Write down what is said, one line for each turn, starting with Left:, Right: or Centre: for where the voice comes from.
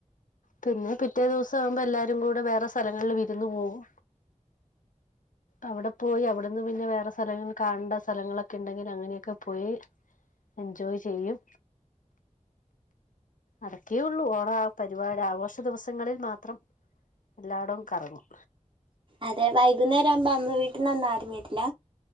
Left: പിന്നെ പിറ്റേ ദിവസം ആകുമ്പോ എല്ലാരും കൂടെ വേറെ സ്ഥലങ്ങളിൽ വിരുന്ന് പോവും അവിടെ പോയി അവിടെന്ന് പിന്നെ വേറെ സ്ഥലങ്ങലങ്ങളിൽ കാണണ്ട സ്ഥലങ്ങളൊക്കെ ഉണ്ടെങ്കിൽ അങ്ങനെയൊക്കെ പോയി എൻജോയ് ചെയ്യും അതക്കെഉള്ളൂ ഒറ ആ പരിപാടി ആഘോഷ ദിവസങ്ങളിൽ മാത്രം എല്ലായിടവും കറങ്ങും
Right: അതെ വൈകുന്നേരം ആവുമ്പോ അമ്മ വീട്ടിൽന്ന്ആരും വരില്ല